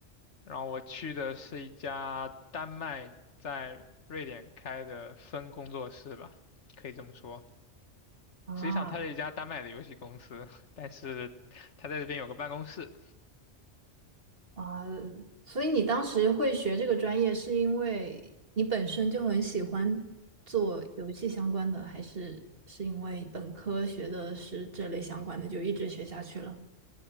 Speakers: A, on the left; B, on the right.
A: 然后我去的是一家丹麦在瑞典开的分工作室吧，可以这么说。
B: 啊
A: 实际上它是一家丹麦的游戏公司，但是它在这边有个办公室。
B: 啊，所以你当时会学这个专业，是因为你本身就很喜欢做游戏相关的，还是是因为本科学的是这类相关的，就一直学下去了？